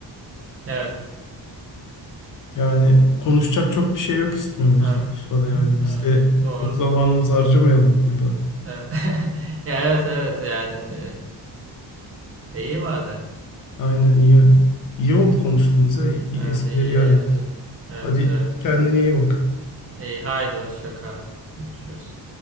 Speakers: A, on the right (about 30°); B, on the left (about 45°).
A: Evet.
B: Yani konuşacak çok bir şey yok istiyor bu yüzden
A: Evet.
B: FIFA'da yani biz
A: Evet.
B: de
A: Doğru.
B: çok zamanımızı harcamayalım burada.
A: Evet. <laughs> Ya evet evet yani fi- e, e, iyi madem.
B: Aynen iyi. İyi
A: Evet.
B: oldu konuştuğumuz ya. İyi-
A: Evet
B: Eskileri
A: iyi
B: yad
A: evet
B: ettik.
A: evet. Evet
B: Hadi
A: evet.
B: kendine iyi bak.
A: İyi haydi hoşça kal. Görüşürüz.